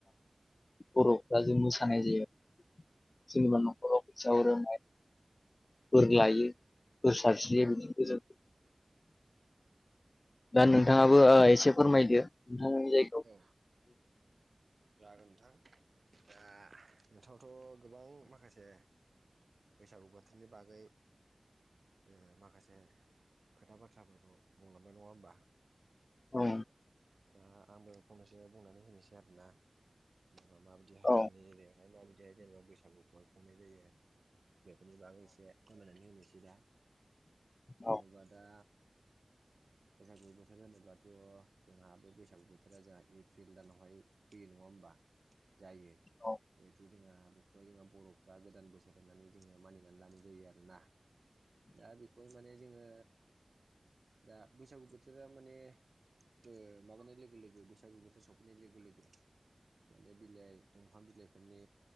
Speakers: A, on the left; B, on the right.
A: बर' <unintelligible> दा जों मोसानाय जायो सोरनाबा न'खराव फैसा हरो माय बोर लायो बोर सारस्रियो बिदि गोजोन दा नोंथाङाबो ओ एसे फोरमायदो नोंथांनि जाय
B: औ जागोन नोंथां दा नोंथांथ' गोबां माखासे बैसागु बोथोरनि बागै ओ माखासे खोथा बाथ्राफोरखौ बुंलांनाय नङा होमबा।
A: औ।
B: दा आंबो फंनैसो बुंनानै होनोसै आरोना। जेनेबा माबायदिहाय
A: औ
B: जोंनि एरियायावहाय माबायदिहाय जेनेबा बैसागुखौ खुंनाय जायो। बेफोरनि बागै एसे फोरमायनानै होनोसै दा।
A: औ
B: जेनेबा दा बैसागु बोथोर जानोबाथ' जोंहा बे बैसागु बोथोरा जोंहा एप्रिल दानावहाय फैयो नङा होमबा। जायो
A: औ
B: जिहेथु जोंहा बेखौहाय जोंहा बर'फ्रा गोदान बोस <unintelligible> होननानै जोङो मानिनानै लानाय जायो आरोना। दा बेखौहाय माने जोङो दा बैसागु बोथोरा माने ओ माबानाय लोगो-लोगो बैसागु बोथोर सफैनाय लोगो-लोगो माने बिलाइ दंफां बिलाइफोरनि